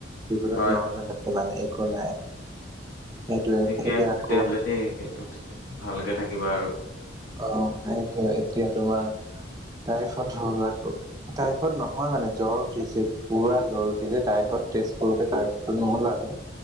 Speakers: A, on the right (about 20°); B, on the left (about 60°).
A: ৰিপৰ্টত
B: হয়,
A: নৰ্মেল
B: হয়।
A: আছে মানে একো নাই। সেইটোয়ে
B: ঠিকে
A: এতিয়া
B: আছে
A: আকৌ
B: তেতিয়াহ'লে দেই এইতোত ভালকে থাকিবা আৰু
A: অ' সেইটো এতিয়া তোমাৰ টাইফড হ'ল। আকৌ টাইফড নহয় মানে জ্বৰ উঠিছে পুৰা জ্বৰ উঠিছে। টাইফড তেচ কৰোতে টাইফত নোহোলালে